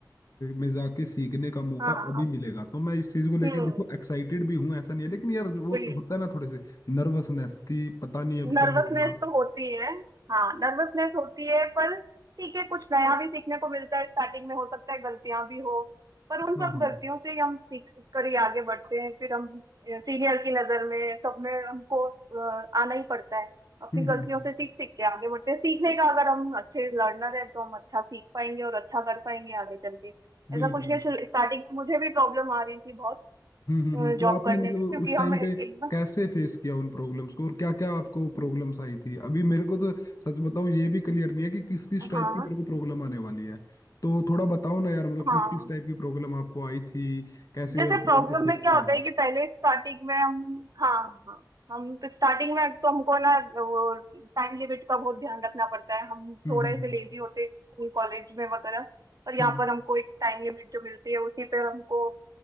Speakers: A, on the left; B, on the right.
A: में जाके सीखने का मौका
B: हाँ
A: अभी
B: आप-
A: मिलेगा तो मैं इस चीज को लेके
B: हम्म
A: देखो एक्साइटेड भी हूँ ऐसा नहीं है लेकिन यार वो
B: वही
A: होता है ना थोड़े से नर्वसनेस कि पता नहीं अब
B: नर्वसनेस
A: क्या होगा
B: तो होती है हाँ नर्वसनेस होती है पर ठीक है कुछ नया भी सीखने को मिलता है स्टार्टिंग में हो सकता है गलतियां भी हो पर उन
A: हाँ
B: सब
A: हाँ
B: गलतियों से ही हम सीख सीख कर ही आगे बढ़ते हैं फिर हम सीनियर की नजर में सब में हमको अ, आना ही पड़ता है अपनी
A: हम्म
B: गलतियों
A: हम्म, हम्म,
B: से सीख सीख के आगे बढ़ते हैं सीखने का अगर हम अच्छे लर्नर है तो हम अच्छा सीख पाएंगे और अच्छा कर पाएंगे आगे चल के ऐसा
A: बिल्कुल
B: कुछ नहीं स्टार्टिंग में मुझे भी प्रॉब्लम आ रही थी बहुत
A: हम्म हम्म हम्म, तो
B: जॉब
A: आपने
B: करने
A: मतलब
B: में क्योंकि
A: उस
B: हम
A: टाइम
B: एकदम
A: पे कैसे फेस किया उन प्रॉब्लम्स को और क्या क्या आपको प्रॉब्लम्स आई थी अभी मेरे को तो सच बताऊं ये भी क्लियर नहीं है कि किस किस टाइप
B: हाँ
A: की मेरे को प्रॉब्लम आने वाली है तो थोड़ा बताओ ना यार मतलब
B: हाँ
A: किस किस टाइप की प्रॉब्लम आपको आई थी कैसे
B: जैसे
A: आपने
B: प्रॉब्लम
A: उनके फेस
B: में क्या
A: किया
B: होता है कि पहले स्टार्टिंग में हम हाँ हाँ हम तो स्टार्टिंग में एक तो हमको ना वो टाइम लिमिट का बहुत ध्यान रखना पड़ता है हम
A: हम्म
B: थोड़े
A: हम्म हम्म
B: से लेजी होते स्कूल कॉलेज में वगैरह पर यहाँ
A: हम्म,
B: पर हमको एक टाइम लिमिट जो मिलती है उसी पे हमको